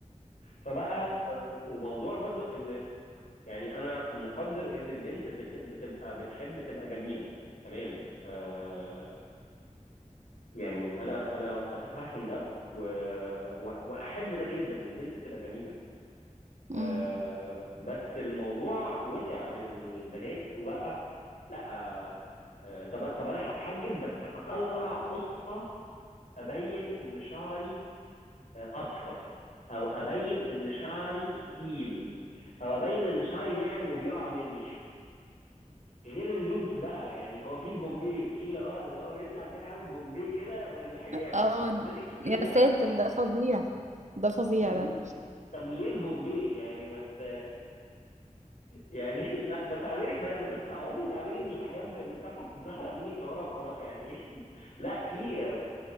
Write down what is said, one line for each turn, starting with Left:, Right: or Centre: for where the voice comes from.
Left: فبقى وموضوع برضو ان يعني انا مقدر ان البنت بت- بتبقى بتحب تبقى جميله تمام آه يعني انا انا اتفهم ده و... و- واحب ده جدا إن البنت تبقى جميله آه
Right: امم
Left: بس الموضوع وسع من البنات وبقى لا آه طب طب انا هتحجب بس هطلع قصه ابين ان شعري آه، اصفر او ابين ان شعري تقيل او ابين ان شعري ناعم وبيقع مني <laughs> غير اللوس بقى يعني هو في البومبي في اللي هو اللي هو بيطلع كده عامل بومبي كده من الحجاب
Right: اه
Left: طب حضرتك
Right: يا
Left: ايه ده؟
Right: ساتر
Left: مع-
Right: ده فظيع ده فظيع
Left: طب
Right: ده
Left: طب ليه البومبي؟ يعني ما ت... يعني <laughs> ما, ما تعملي ما, ما تستعوضي تعملي ان الحجاب ان الطرحه بتتزحلق منك لورا وخلاص يعني <laughs> لا في